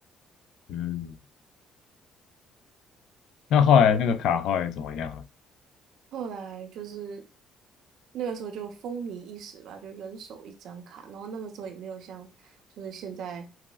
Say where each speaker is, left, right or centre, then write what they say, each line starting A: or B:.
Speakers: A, on the left; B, on the right.
A: 嗯，
B: 对，
A: 那后来那个卡后来怎么样了？
B: 后来就是那个时候就风靡一时吧，就人手一张卡。然后那个时候也没有像就是现在